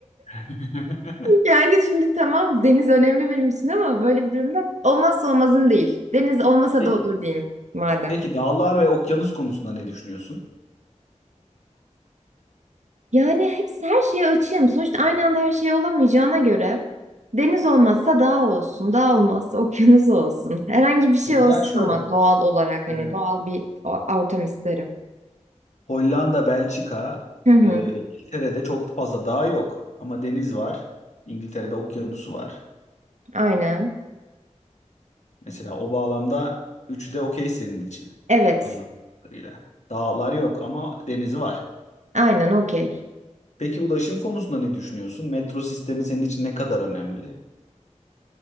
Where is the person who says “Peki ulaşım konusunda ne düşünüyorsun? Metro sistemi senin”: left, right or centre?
Left